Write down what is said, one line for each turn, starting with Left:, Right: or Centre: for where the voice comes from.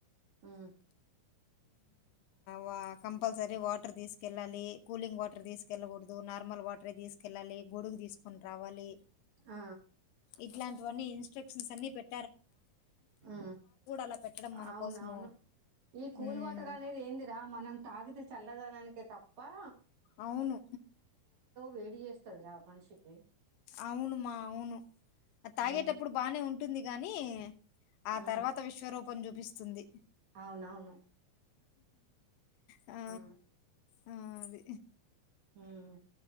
Right: హమ్
Left: హ కంపల్సరీ వాటర్ తీస్కెళాలీ కూలింగ్ వాటర్ తీస్కెళ్ళ కూడదు నార్మల్ వాటరే తీస్క కెళ్ళాలి గొడుగు తీసుకొని రావాలి
Right: ఆ
Left: ఇట్లాంటివన్నీ ఇన్స్ట్రక్షన్స్ అన్ని పెట్
Right: హ
Left: అలా పెట్టడం మన
Right: అవునవును
Left: కోసము
Right: ఈ కూల్
Left: మ్మ్
Right: వాటర్ అనేది ఏందిరా మనం తాగితే చల్లదనానికే తప్ ప్పా
Left: అవును
Right: వేడి చేస్తదిరా మనిషికి
Left: అవునుమా అవును అది తాగేటప్పుడు
Right: ఉమ్
Left: బానే ఉంటుంది గానీ ఆ
Right: ఉమ్
Left: తర్వాత విశ్వరూప్ పం చూపిస్తుంది
Right: అవునవును
Left: ఆ
Right: ఉమ్
Left: ఆ అది
Right: హమ్